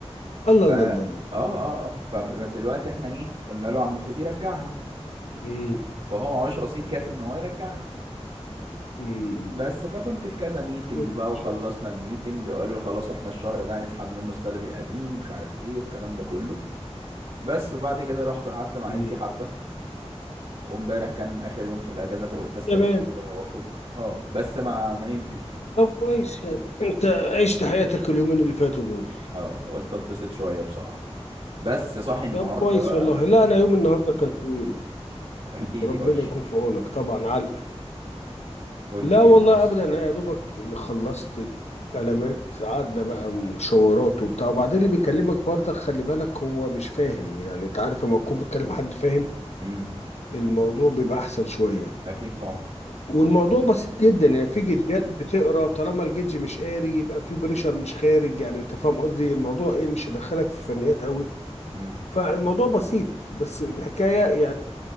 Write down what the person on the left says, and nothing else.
الله
الله
الله
الله
أمم.
أمم.
خير
ان
شاء الله
أمم.
تمام
طب كويس يعني انت عشت حياتك اليومين اللي فاتوا دول
طب كويس
والله لا انا يوم النهارده كان طويل
ربنا
يكون في عونك طبعا علقه
لا
والله
ابدا انا يا دوبك إن خلصت كلمات قعدنا بقى مشاورات وبتاع وبعدين اللي بيكلمك برضك خلي بالك هو مش فاهم يعني انت عارف لما تكون بتكلم حد فاهم
الموضوع بيبقى احسن شويه
والموضوع بسيط جدا يعني في جدجات بتقرا طالما الجدج مش قاري يبقى في بريشر مش خارج يعني انت فاهم قصدي الموضوع ايه مش هيدخلك في فنيات قوي
فالموضوع بسيط بس الحكاية يعني